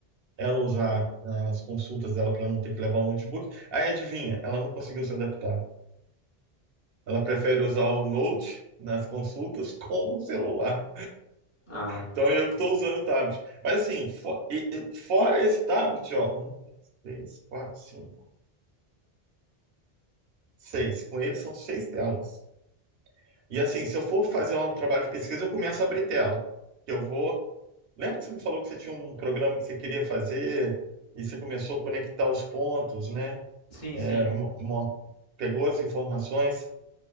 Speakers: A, on the right; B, on the left.
A: ela usar as consultas dela para não ter que levar o notebook, aí adivinha, ela não conseguiu se adaptar. Ela prefere usar o Note nas consultas <laughs> como o celular.
B: Ah,
A: Então eu que estou usando o tablet. Mas assim, fo- e- e fora esse tablet, ó, um, dois, três, quatro, cinco, seis. Com ele são seis telas. E assim, se eu for fazer um trabalho de pesquisa, eu começo a abrir tela. Que Eu vou. Lembra que você me falou que você tinha um programa que você queria fazer e você começou a conectar os pontos, né?
B: sim,
A: É,
B: sim.
A: mo- mo- pegou as informações,